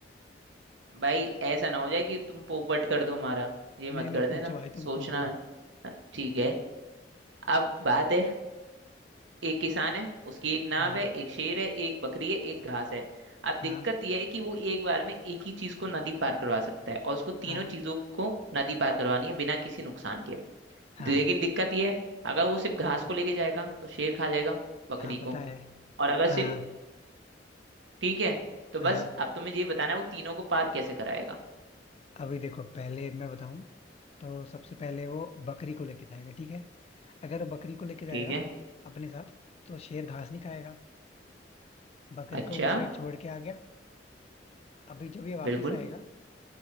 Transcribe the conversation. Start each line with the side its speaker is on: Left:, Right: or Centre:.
Right: भाई ऐसा ना हो जाए कि तुम पोपट कर दो हमारा ये
Left: नहीं
Right: मत
Left: नहीं
Right: कर देना
Left: पूछो भाई
Right: सोचना
Left: तुम पूछो
Right: अ, ठीक है अब बात है एक किसान है उसकी एक नाव
Left: हाँ
Right: है एक शेर है एक बकरी है एक घास है अब
Left: हाँ
Right: दिक्कत यह है कि वो एक बार में एक ही चीज को नदी पार करवा सकता है और उसको तीनों
Left: हाँ
Right: चीजों को नदी पार करवानी है बिना किसी नुकसान के
Left: हाँ
Right: लेकिन दिक्कत ये है अगर वो सिर्फ घास को लेके जाएगा तो शेर खा जाएगा बकरी
Left: हाँ
Right: को
Left: पता है
Right: और अगर
Left: हाँ
Right: सिर्फ ठीक है तो बस
Left: हाँ
Right: अब तुम्हें ये बताना है वो तीनों को पार कैसे कराएगा
Left: अभी देखो पहले मैं बताऊं तो सबसे पहले वो बकरी को लेके जाएगा ठीक है अगर वो बकरी को लेके जाएगा
Right: ठीक है
Left: अपने साथ तो शेर घास नहीं खाएगा बकरी
Right: अच्छा
Left: को उस साइड छोड़ के आ गया अभी जब ये वापिस
Right: बिल्कुल
Left: आएगा